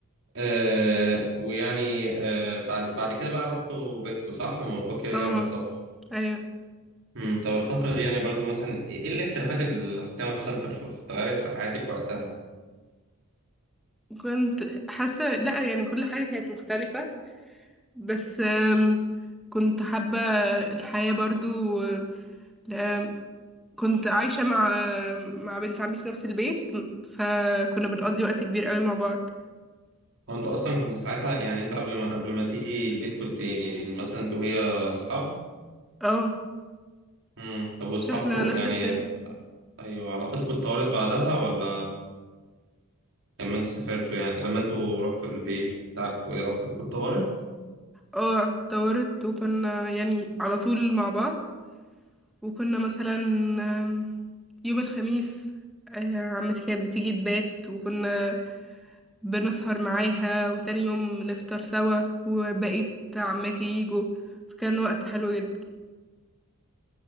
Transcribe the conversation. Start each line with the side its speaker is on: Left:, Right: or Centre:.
Right: آه ويعني آه بعد بعد كده بقى رحتوا بيتكو صح لما باباك رجع
Centre: اه
Right: من السفر
Centre: ايوه
Right: امم طب الفترة دي يعني برضو مثلا ايه إيه الاختلافات اللي حسيتها مثلا في الف- في اتغيرت في حياتك وقتها؟
Centre: كنت حاسة لا يعني كل حاجة كانت مختلفة بس آم، كنت حابة الحياة برضو آم، آم، كنت عايشة مع مع بنت عمي في نفس البيت فكنا بنقضي وقت كبير قوي مع بعض
Right: هو انتوا اصلا كنتوا ساعتها يعني انتوا قبل ما قبل ما تيجي البيت كنت مثلا انت وهي اصحاب؟
Centre: اه
Right: امم طب واصحابكم
Centre: مش احنا نفس
Right: يعني
Centre: السن
Right: ايوه علاقتكم اتطورت بعدها ولا لما انتوا سافرتوا يعني لما انتوا رحتوا البيت بتاعكم علاقتكم اتطورت؟
Centre: اه اتطورت وكنا يعني على طول مع بعض وكنا مثلا آم، يوم الخميس آه، عمتي كانت بتيجي تبات وكنا بنسهر معاها وتاني يوم نفطر سوا وبقيت عماتي يجوا فكان وقت حلو جدا